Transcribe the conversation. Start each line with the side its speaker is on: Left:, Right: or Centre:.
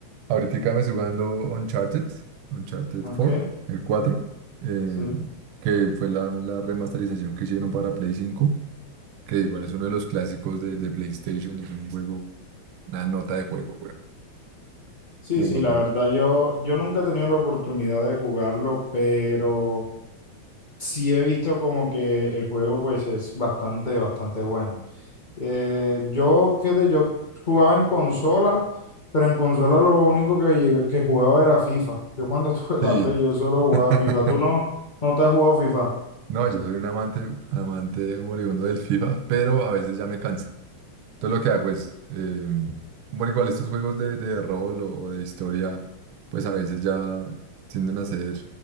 Right: Ahorita me estoy jugando Uncharted, Uncharted
Left: Ok,
Right: 4, el 4, eh,
Left: sí.
Right: que fue la, la remasterización que hicieron para Play 5. que igual es uno de los clásicos de, de PlayStation, es un juego, una nota de juego, güey
Left: Sí,
Right: Muy
Left: sí,
Right: bacano.
Left: la verdad yo, yo nunca he tenido la oportunidad de jugarlo, pero sí he visto como que el juego pues es bastante, bastante bueno. Eh, yo, fíjate, yo jugaba en consola, pero en consola lo único que, llegué- que jugaba era FIFA. Yo cuando <laughs> tuve la
Right: Sí.
Left: Play yo solo jugaba
Right: <laughs>
Left: FIFA. ¿Tú no, no te has jugado FIFA?
Right: No, yo soy un amante, amante moribundo del FIFA, pero a veces ya me cansa. Entonces lo que hago es, eh, bueno, igual estos juegos de, de rol o de historia, pues a veces ya tienden a ser